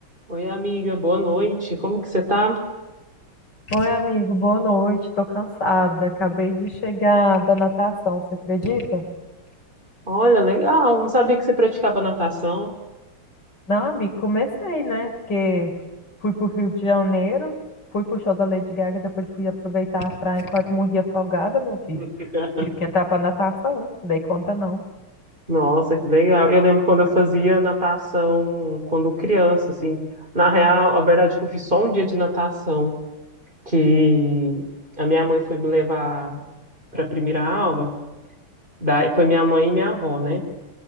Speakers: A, on the right; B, on the left.
A: Oi, amiga, boa noite. Como que você tá?
B: Oi, amigo, boa noite. Tô cansada. Acabei de chegar da natação, você acredita?
A: Olha, legal. Não sabia que você praticava natação.
B: Não, amigo, comecei, né? Porque fui pro Rio de Janeiro, fui pro show da Lady Gaga, depois fui aproveitar a praia e quase morri afogada, meu filho.
A: <laughs>
B: Tive que entrar pra natação, dei conta não.
A: Nossa, que legal. Eu lembro quando eu fazia natação quando criança, assim. Na real, a verdade é que eu fiz só um dia de natação, que a minha mãe foi me levar para a primeira aula. Daí foi minha mãe e minha avó, né?